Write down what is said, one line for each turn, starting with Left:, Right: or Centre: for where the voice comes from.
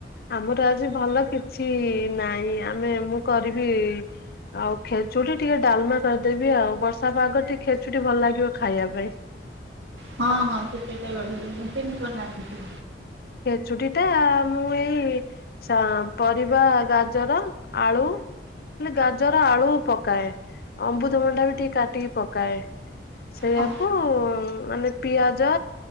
Left: ଆମର ଆଜି ଭଲ କିଛି ନାହିଁ ଆମେ ମୁଁ କରିବି ଆଉ ଖେଚୁଡ଼ି ଟିକେ ଡାଲମା କରିଦେବି ଆଉ ବର୍ଷା ପାଗ ଟିକେ ଖେଚୁଡ଼ି ଭଲ ଲାଗିବ ଖାଇବା ପାଇଁ।
Right: ହଁ ହଁ ଖେଚୁଡ଼ି ଟା ବି ବଢିଆ ଲାଗିବ। କେମତୀ ବନାନ୍ତି?
Left: ଖେଚୁଡ଼ି ଟା ମୁଁ ଏଇ ସ ପରିବା, ଗାଜର, ଆଳୁ ହେଲେ ଗାଜର, ଆଳୁ ପକାଏ ଅମୃତଭଣ୍ଡା ବି ଟିକେ କାଟିକି ପକାଏ। ସେଇଆକୁ
Right: ହଁ
Left: ମାନେ ପିଆଜ